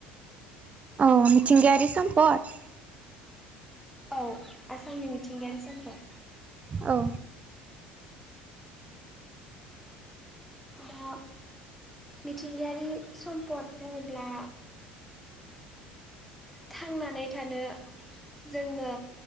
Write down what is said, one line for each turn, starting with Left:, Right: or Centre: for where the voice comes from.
Right: औ मिथिंगियारि सम्पद?
Centre: औ आसामनि मिथिंगायारि सम्पद।
Right: औ।
Centre: दा मिथिंगायारि सम्पद बुंङोब्ला थांनानै थानो जोंनो